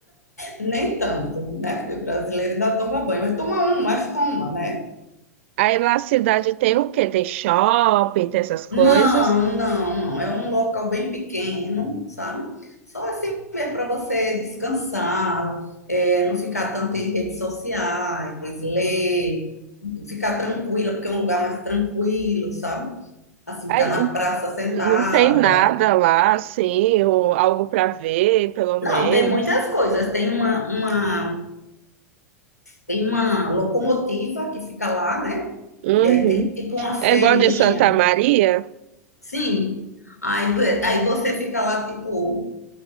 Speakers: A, on the left; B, on the right.
A: Nem tanto, né? Porque o brasileiro ainda toma banho, mas toma um, mas toma, né?
B: Aí lá a cidade tem o quê? Tem shopping, tem essas coisas.
A: Não, não, não. É um local bem pequeno, sabe? Só assim mesmo para você descansar, é, não ficar tanto em redes sociais, ler, ficar tranquila, porque é um lugar mais tranquilo, sabe? Assim,
B: Aí
A: ficar na
B: n-
A: praça sentada.
B: não tem nada lá, assim, ou algo para ver, pelo
A: Não,
B: menos.
A: tem muitas coisas. Tem uma, uma, tem uma locomotiva que fica lá, né?
B: Uhum.
A: E aí tem tipo uma feirinha.
B: É igual de Santa Maria.
A: Sim. Aí, aí você fica lá, tipo.